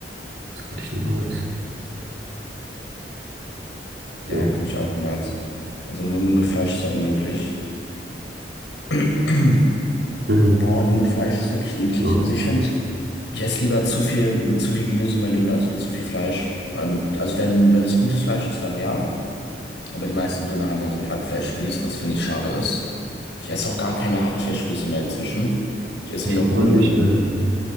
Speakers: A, on the right (about 85°); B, on the left (about 85°).
A: das könnte ich niemals.
B: ja,
A: So.
B: ja, könnte ich auch niemals. Also nur nur mit Fleisch ist ja unmöglich. <clears throat>
A: Mhm.
B: Boah, nur mit Fleisch ist wirklich eklig.
A: Ja.
B: Also ich finde, ich esse lieber zu viel, mit zu viel Gemüse mein Döner als mit zu viel Fleisch. Vor allem mit, also wenn, wenn es gutes Fleisch ist, dann ja. Aber die meisten Döner haben ja so einen Hackfleischspieß, was finde ich schade ist. Ich esse auch gar keine Hackfleischspieße mehr inzwischen. Ich esse
A: Ich
B: nur
A: habe
B: noch guten
A: neulich
B: Döner.
A: ähm,